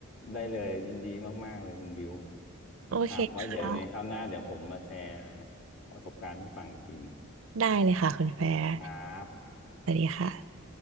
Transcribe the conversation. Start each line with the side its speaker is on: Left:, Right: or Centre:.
Left: ได้เลยยินดีมากๆเลยคุณบิว
Right: โอเคค่ะ
Left: ครับไว้เดี๋ยวยังไงคราวหน้าเดี๋ยวผมมาแชร์ประสบการณ์ให้ฟังอีกที
Right: ได้เลยค่ะคุณแฟร์
Left: ครับ
Right: ค่ะ